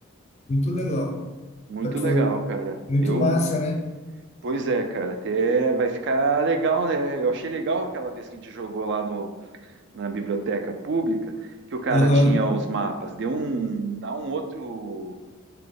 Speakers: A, on the left; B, on the right.
A: Muito legal.
B: Muito
A: Tá, pô,
B: legal, cara.
A: Muito
B: Eu,
A: massa, né?
B: pois é, cara, até vai ficar legal, né? Eu achei legal aquela vez que a gente jogou lá no, na biblioteca pública, que o cara
A: Aham.
B: tinha os mapas. Deu um, dá um outro,